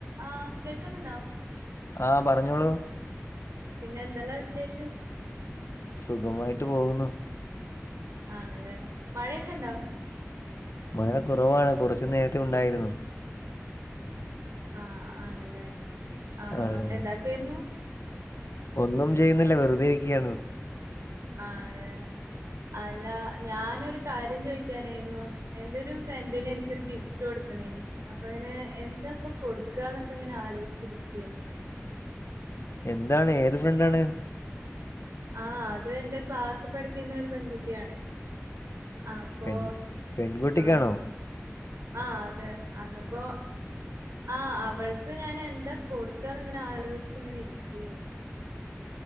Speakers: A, on the right; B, on the left.
A: ആഹ് കേൾക്കുന്നുണ്ടോ
B: ആഹ് പറഞ്ഞോളൂ
A: പിന്നെ എന്തല്ലാ വിശേഷം.
B: സുഖമായിട്ട് പോകുന്നു.
A: ആണല്ലേ മഴയൊക്കെ ഇണ്ടോ?
B: മഴ കുറവാണ് കുറച്ചു നേരത്തെ ഉണ്ടായിരുന്നു.
A: ആഹ് ആണല്ലേ ആ
B: ആണ്
A: എന്താക്കായിരുന്നു?
B: ഒന്നും ചെയ്യുന്നില്ല വെറുതെ ഇരിക്കിയാണ്.
A: ആണല്ലേ അല്ല ഞാനൊരു കാര്യം ചോയിക്കാനായിരുന്നു. എന്റൊരു ഫ്രണ്ടിന് എനിക്കൊരു ഗിഫ്റ്റ് കൊടുക്കണേനു. അപ്പൊങ്ങനെ എന്താ ഇപ്പോ കൊടുക്കാന്നൊക്കെ ഇങ്ങനെ ആലോചിച്ചിരിക്കാനു.
B: എന്താണ് ഏത് ഫ്രണ്ടാണ്?
A: ആഹ് അത് എന്റെ ക്ലാസിൽ പഠിക്കുന്ന ഒരു പെൺകുട്ടിയണേ. അപ്പോ
B: പെൺ പെൺകുട്ടിക്കാണോ
A: ആഹ് ആഹ് അതെ എന്നപ്പോ. ആഹ് അവൾക്ക് ഞാൻ എന്താ കൊടുക്കാന്ന് ഇങ്ങനെ ആലോചിച്ച് ഇങ്ങനെ ഇരിക്കായിരുന്നു.